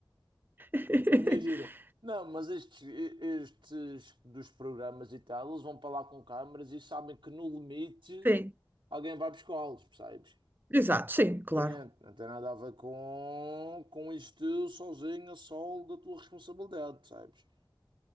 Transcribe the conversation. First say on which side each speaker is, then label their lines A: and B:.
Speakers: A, on the right; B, on the right.
A: <laughs>
B: Imagina. Não, mas estes, estes dos programas e tal, eles vão para lá com câmaras e sabem que no limite
A: Sim,
B: alguém vai buscá-los, percebes?
A: exato, sim,
B: Diferente,
A: claro.
B: não tem nada a ver com, com isto sozinho, a sol da tua responsabilidade, sabes?